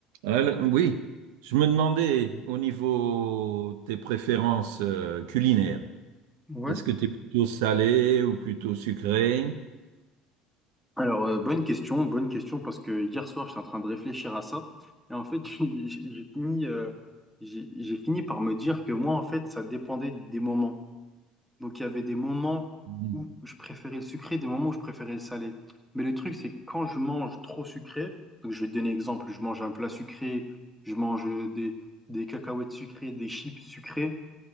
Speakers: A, on the right; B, in the centre.
A: Euh, oui, je me demandais au niveau des préférences euh, culinaires,
B: Ouais.
A: est-ce que tu es plutôt salé ou plutôt sucré?
B: Alors, euh, bonne question, bonne question, parce que hier soir, j'étais en train de réfléchir à ça. Et en fait, <laughs> j'ai j'ai fini, euh, j'ai j'ai fini par me dire que moi, en fait, ça dépendait des moments. Donc, il y avait des moments
A: Mhm.
B: où je préférais le sucré, des moments où je préférais le salé. Mais le truc, c'est que quand je mange trop sucré, donc je vais te donner un exemple, je mange un plat sucré, je mange des, des cacahuètes sucrées, des chips sucrées,